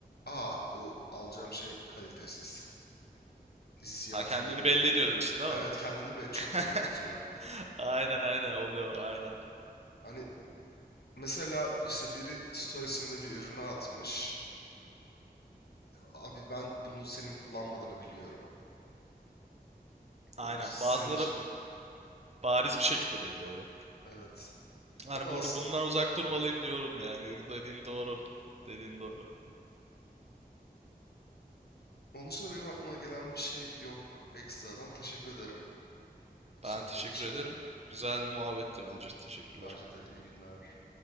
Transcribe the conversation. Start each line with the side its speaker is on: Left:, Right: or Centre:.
Left: Aa bu alacağım şey kalitesiz. hissiyatı
Right: Ha kendini
Left: veriyor.
Right: belli ediyor diyorsun değil
Left: Evet
Right: mi?
Left: kendini be çok
Right: <laughs>
Left: belli ediyor.
Right: Aynen aynen oluyor aynen.
Left: Hani mesela işte biri storiesinde bir ürünü atmış. Abi ben bunun senin kullanmadığını biliyorum. Hani
Right: Aynen.
Left: bu senin
Right: Bazıları
Left: için
Right: bariz bir şekilde belli oluyor.
Left: evet.
Right: Hani
Left: O da
Right: bu,
Left: aslında
Right: bundan uzak durmalıyım diyorum yani. Dediğin doğru. Dediğin doğru.
Left: onun dışında benim aklıma gelen bir şey yok ekstradan. Teşekkür ederim sohbet
Right: Ben teşekkür
Left: için.
Right: ederim. Güzel bir muhabbetti bence. Teşekkürler.
Left: Bence de iyi günler.